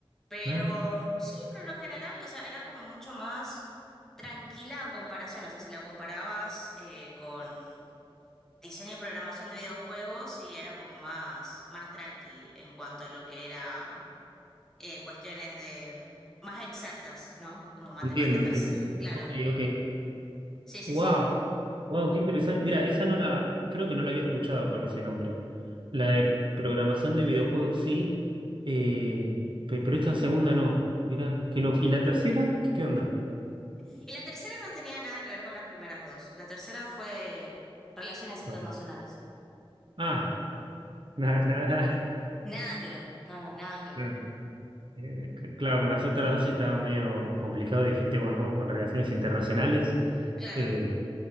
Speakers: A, in the centre; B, on the right (about 60°).
A: Pero
B: Ah,
A: sí, pero en lo general, o sea, era como mucho más tranquila a comparación. O sea, si la comparabas eh, con diseño y programación de videojuegos, sí, era como más, más tranqui en cuanto a lo que era eh, cuestiones de más exactas, ¿no? Como matemáticas,
B: entiendo, entiendo.
A: <laughs> claro.
B: Ok, ok.
A: Sí, sí,
B: Wow,
A: sí.
B: wow, qué interesante. Mira, esa no la, creo que no la había escuchado con ese nombre. La de programación de videojuegos sí, eh, pe- pero esta segunda no. Mira, qué loco. ¿Y la tercera? ¿Qué, qué onda?
A: Y la tercera no tenía nada que ver con las primeras dos. La tercera fue relaciones internacionales.
B: Ah, Ah, nada, nada, nada.
A: Nada que ver. No, no, nada que ver.
B: Claro, <laughs> Eh, c- claro, con las otras dos estaba medio complicado. Dijiste, bueno, vamos con relaciones internacionales.
A: Claro,
B: Eh,